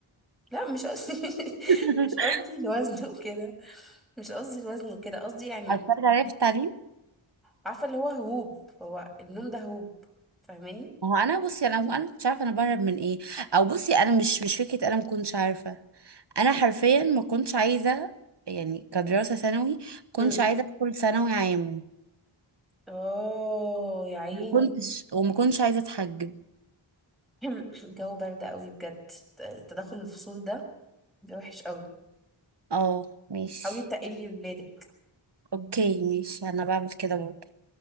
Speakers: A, in the centre; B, on the right.
A: لا مش قصدي <laughs>
B: <laughs>
A: مش قصدي الوزن وكده مش قصدي الوزن وكده قصدي يعني
B: اثرت عليا في التعليم
A: عارفة اللي هو هروب هو النوم ده هروب فاهماني
B: ما هو انا بصي انا انا ما كنتش عارفه انا بهرب من ايه او بصي انا مش مش فكره انا ما كنتش عارفه انا حرفيا ما كنتش عايزه يعني كدراسه ثانوي ما كنتش
A: امم
B: عايزه ادخل ثانوي عام
A: اه يا عيني
B: ما <laughs> كنتش وما كنتش عايزه اتحجب
A: <clears throat> الجو برد قوي بجد تدخل الفصول ده بيبقى وحش قوي
B: اه ماشي
A: حاولي تقلي لولادك
B: اوكي ماشي انا بعمل كده برضه